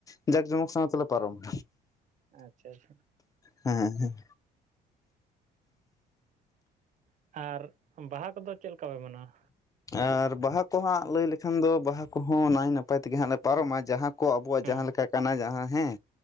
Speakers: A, on the left (about 20°); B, on the right (about 50°).
A: ᱡᱟᱠ ᱡᱚᱢᱚᱠ ᱥᱟᱶ ᱛᱮᱞᱮ ᱯᱟᱨᱚᱢᱟ
B: ᱟᱪᱪᱷᱟ ᱟᱪᱪᱷᱟ
A: ᱦᱮᱸ
B: ᱟᱨ ᱵᱟᱦᱟ ᱠᱚᱫᱚ ᱪᱮᱫ ᱞᱮᱠᱟ ᱯᱮ ᱢᱟᱱᱟᱣᱟ?
A: ᱟᱨ ᱵᱟᱦᱟ ᱠᱚ ᱦᱟᱸᱜ ᱞᱟᱹᱭ ᱞᱮᱠᱷᱟᱱ ᱫᱚ ᱵᱟᱦᱟ ᱠᱚᱦᱚᱸ ᱱᱟᱭ ᱱᱟᱯᱟᱭ ᱛᱮᱜᱮ ᱦᱟᱸᱜ ᱞᱮ ᱯᱟᱨᱚᱢᱟ ᱡᱟᱦᱟᱸ ᱠᱚ ᱟᱵᱚᱣᱟᱜ
B: ᱦᱩᱸ
A: ᱡᱟᱦᱟᱸ ᱞᱮᱠᱟ ᱠᱟᱱᱟ ᱡᱟᱦᱟᱸ ᱦᱮᱸ